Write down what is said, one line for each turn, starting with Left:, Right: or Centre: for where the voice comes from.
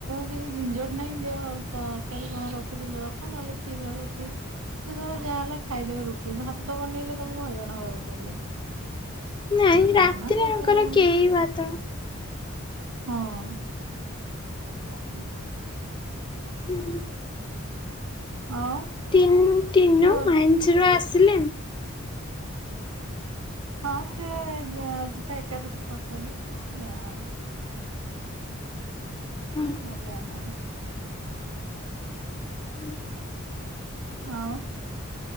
Right: କିଛି ଝିିଂଝଟ ନାହିଁ ଦିଅ ତରକାରୀ କଣ ରଖିଦେଲେ ହଁ ନହେଲେ କ୍ଷୀର ରୁଟି, ଯେତେବେଳେ ଯାହା ହେଲା ଖାଇଦେବେ ରୁଟି ଭାତ ବନେଇଲେ ତମକୁ ହଇରାଣ ହବାକୁ ପଡିବ।
Left: ନାଇଁ
Right: ଭାତ
Left: ରାତିରେ
Right: ବନା ତରକାରୀ
Left: ଆଙ୍କର
Right: ବନା
Left: କେହି ଭାତ
Right: ହଁ। <inaudible>
Left: ହୁଁ।
Right: ଆଉ-
Left: ଟିନ୍ ଟିନୁ
Right: କୁହ
Left: ମାଇନ୍ସ ରୁ ଆସିଲେଣି
Right: ହଁ ସେ ଆଜିି ପା ଏକାଦଶୀ କରୁଛନ୍ତି, ଯାଇନାହାନ୍ତି।
Left: ହଁ।
Right: ଆଜି ଯାଇନାହାନ୍ତି
Left: <inaudible>
Right: ଆଉ,